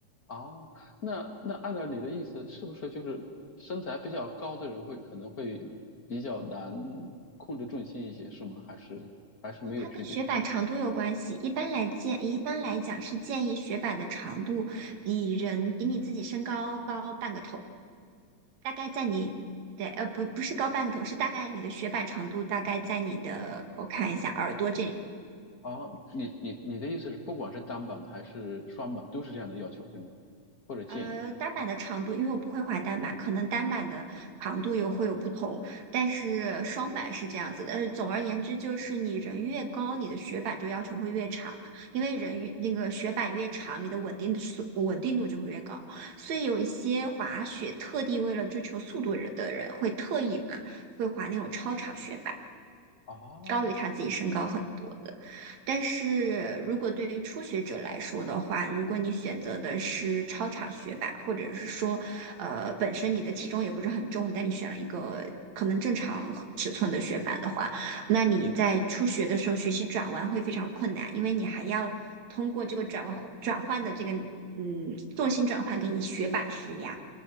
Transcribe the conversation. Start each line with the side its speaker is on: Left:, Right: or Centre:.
Left: 哦，那那按照你的意思，是不是就是身材比较高的人会可能会比较难控制重心一些，是吗？还是还是没有区别？
Right: 然后它跟雪板长度有关系，一般来建一般来讲是建议雪板的长度比人比你自己身高高半个头，大概在你。对，呃，不，不是高半个头，是大概你的雪板长度大概在你的，我看一下，耳朵这里，
Left: 哦，你你你的意思是，不管是单板还是双板，都是这样的要求，对吗？或者建议？
Right: 呃，单板的长度，因为我不会滑单板，可能单板的长度有会有不同，但是双板是这样子的。呃，总而言之，就是你人越高，你的雪板就要求会越长，因为人越那个雪板越长，你的稳定的速稳定度就会越高。所以有一些滑雪特地为了追求速度的人，会特意把 <laughs> 会滑那种超长雪板。
Left: 哦
Right: 高于他自己身高很多的。但是如果对于初学者来说的话，如果你选择的是超长雪板，或者是说，呃，本身你的体重也不是很重，但你选了一个可能正常尺寸的雪板的话，那你在初学的时候学习转弯会非常困难，因为你还要通过这个转弯转换的这个嗯重心转换给你雪板施压。